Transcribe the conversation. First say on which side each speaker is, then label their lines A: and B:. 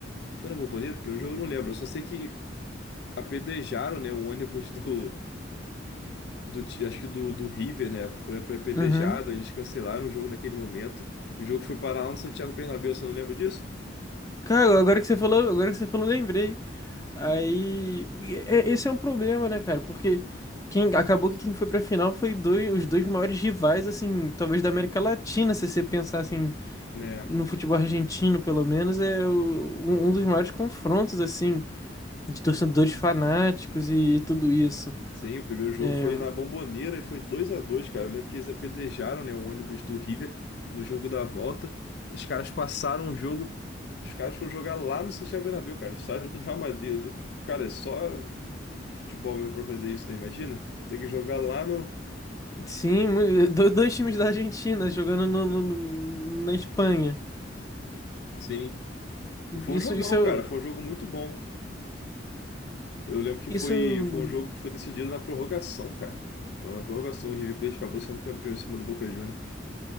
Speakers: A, on the left; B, on the left.
A: Foi na Bomboneira? Pelo jogo eu não lembro. Eu só sei que apedrejaram, né, o ônibus do, do ti- acho que do, do River, né? Foi, foi apedrejado,
B: Uhum.
A: aí eles cancelaram o jogo naquele momento. O jogo foi parar lá no Santiago Bernabéu, você não lembra disso?
B: Cara, agora que você falou, agora que você falou, lembrei. Aí, e- é- esse é um problema, né, cara? Porque quem acabou que quem foi pra final foi dois, os dois maiores rivais, assim, talvez da América Latina, se você pensar assim,
A: Né.
B: no futebol argentino, pelo menos, é o- um um dos maiores confrontos, assim, de torcedores fanáticos e, tudo isso.
A: Sim, o primeiro jogo
B: É,
A: foi na Bomboneira e foi dois a dois cara. Eu lembro que eles apedrejaram, né, o ônibus do River no jogo da volta. Os caras passaram o jogo, os caras foram jogar lá no Santiago Bernabéu, cara, o estádio do Real Madrid. Do, cara, é só Futebol, meu, pra fazer isso, né? Imagina? Tem que jogar lá no.
B: sim, mu- <laughs> do- dois times da Argentina jogando no- no- no- na Espanha.
A: Sim. E foi
B: Isso,
A: um jogão,
B: isso, é o-
A: cara. Foi um jogo muito bom. Eu lembro que
B: isso
A: foi,
B: é, um,
A: foi um jogo que foi decidido na prorrogação, cara. Foi Na prorrogação, o River Plate acabou sendo campeão em cima do Boca Juniors.